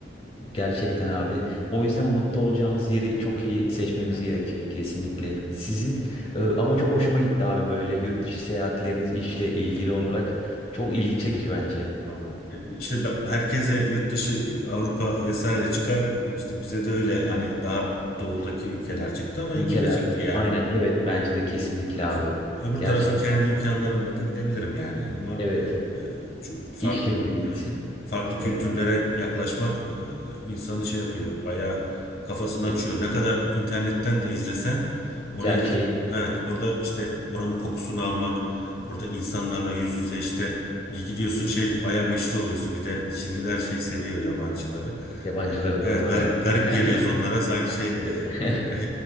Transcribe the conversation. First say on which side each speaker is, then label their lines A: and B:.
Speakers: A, on the left; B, on the left.
A: Gerçekten abi o yüzden mutlu olacağımız yeri çok iyi seçmemiz
B: Ha,
A: gerekiyor kesinlikle. Sizin e, ama çok hoşuma gitti abi böyle
B: hı
A: yurt
B: hı,
A: dışı seyahatleriniz işle ilgili
B: ha,
A: olarak çok ilgi çekici bence.
B: Vallahi E, işte be- herkese yurt dışı e, Avrupa vesaire çıkar. İşte bize de öyle hani daha
A: Evet.
B: doğudaki ülkeler çıktı ama iyi
A: Ülkeler
B: ki de çıktı yani.
A: aynen evet bence de kesinlikle abi
B: Çünkü öbür
A: gerçekten
B: tarafa kendi imkanlarımla da gidebilirim yani ama
A: evet
B: e, ço- farklı
A: işle gidilmesi
B: evet farklı
A: evet
B: kültürlere yaklaşmak e, insanı şey yapıyor bayağı kafasını
A: e,
B: açıyor. Ne kadar internetten de izlesen oraya
A: gerçeği.
B: gidip evet orada işte oranın kokusunu almak orada insanlarla yüz yüze işte iyi gidiyorsun şey bayağı meşhur oluyorsun. Bir de Çinliler şey seviyor yabancıları.
A: Yabancıları
B: E, evet
A: doğru
B: garip
A: abi.
B: garip
A: <laughs>
B: geliyoruz onlara sanki şey
A: Evet. <laughs>
B: <laughs>